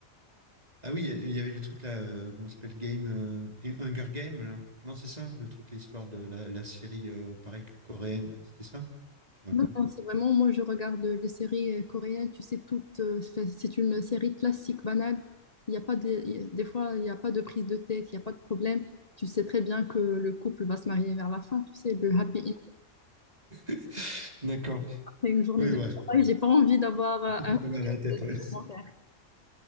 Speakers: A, on the right; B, on the left.
A: Ah oui, il y avait le truc là, euh, comment ça s'appelle, Game, euh, Hunger Game, là. Non, c'est ça, le truc, l'histoire de la, la série, euh, pareil, coréenne. C'était ça? Je me
B: Non,
A: rappelle plus le
B: non,
A: nom.
B: c'est vraiment, moi je regarde les séries euh, coréennes, tu sais, toutes, euh, c'est c'est une série classique, banale. Il y a pas de- il y a- des fois, il n'y a pas de prise de tête, il n'y a pas de problème. Tu sais très bien que le couple va se marier vers la fin, tu sais, le happy end
A: <laughs> D'accord.
B: après une journée
A: Oui,
B: de
A: ouais.
B: travail. J'ai pas envie d'avoir euh,
A: C'est
B: un
A: pas mal à la tête, ouais.
B: commentaire.